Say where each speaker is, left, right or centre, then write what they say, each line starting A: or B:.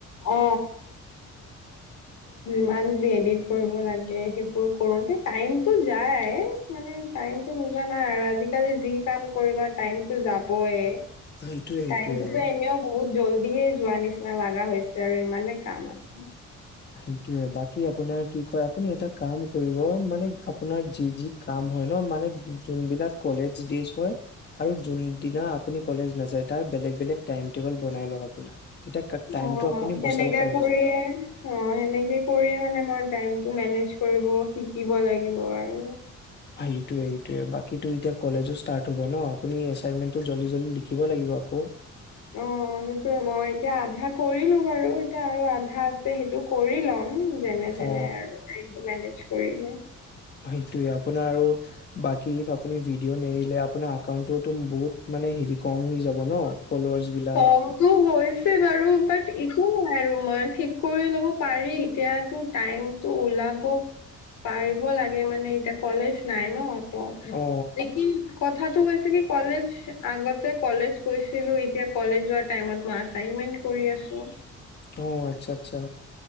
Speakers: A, on the left; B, on the left.
A: অ ইমান যে এডিট কৰিব লাগে। সেইবোৰ কৰোতে টাইমতটো যায়। মানে টাইমতটো নোজাৱা নাই আৰু আজি কালি যি কাম কৰিবা টাইমতটো যাবয়।
B: সেইটোৱে সেইটোৱে
A: টাইমটোতো এনেও বহুত জল। দিয়ে যোৱা নিচিনা লগা হৈছে আৰু ইমানে কাম আছে।
B: সেইটোয়ে বাক আপোনাৰ কি ক আপুনি এটা কাম কৰিব। মানে আপোনাৰ যি যি কাম হয় ন মানে যোনবিলাক কলেজজ হয় আৰু যোনদিনা আপুনি কলেজ নাযায় তাৰ বেলেগ বেলেগ টাইম টেবল বনাই ল আপোনাৰ। তেতিয়া টাইমটো
A: অ
B: আপুনি
A: সেনেকা
B: বচাব পাৰিব
A: কৰিয়ে অ সেনেকে কৰিয়ে মানে মই টাইম মেনেজ কৰিব শিকিব লাগিব আৰু।
B: এইটোৱে এইটোৱে বাকীটো এতিয়া কলেজো ষ্টাৰ্ট হব ন আপুনি এাইনমেটটো জল্দি জল্দি লিখিব লাগিব আকৌ।
A: অ সেইটোৱে মই এতিয়া আধা কৰিলো বাৰু এতিয়া আৰু আধা আছে সেইটো কৰি লম। উম যেনে তেনে
B: অ
A: আৰু। কৰিলে
B: সেইটোৱেই আপোনাৰ আৰু বাকী ইফ আপুনি ভিডিঅ নেৰিলে আপোনাৰ একাউন্টতো বহুত মানে, হেৰি কম হৈ যাব ন। ফলোৱাৰ্চ বিলাক
A: কমটো হৈছে বাৰু, বাট একো নাই আৰু। মই ঠিক কৰি ল'ব পাৰি, এতিয়াতো টাইমতটো ওলাব পাৰিব লাগে মানে, এতিয়া কলেজ নাই ন। <unintelligible>
B: অ
A: লিকিন কথাটো হৈ <unintelligible> কি কলেজ, আগতে কলেজ গৈছিলোঁ এতিয়া কলেজ যোৱা টাইমত মই আচাইনমেন্ট কৰি আছোঁ।
B: আহ! আচ্ছা-আচ্ছা।